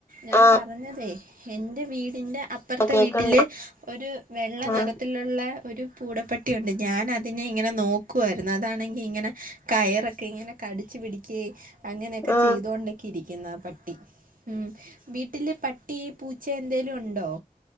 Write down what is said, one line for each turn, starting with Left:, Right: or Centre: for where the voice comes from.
Right: ഞാൻ
Left: ആ
Right: പറഞ്ഞതേ ഹെന്റെ വീടിന്റ അപ്പർത്തെ
Left: കേക്കണ്ട്
Right: വി ട്ടില് ഒരു വെള്ള
Left: ആ
Right: നെറത്തിലുള്ള ഒരു പൂടപ്പട്ടിയൊണ്ട് ഞാൻ അതിനെ ഇങ്ങനെ നോക്കുവാരുന്നു അതാണെങ്കി ഇങ്ങനെ കയറൊക്കെ ഇങ്ങനെ കടിച്ചു പിടിക്കേ അങ്ങനെയൊക്കെ
Left: ആ
Right: ചെയ്തോണ്ടൊക്കിരി ക്കുന്ന പട്ടി ഉം വീട്ടില് പട്ട് ഈ പൂച്ചെയെന്തെ ലുണ്ടോ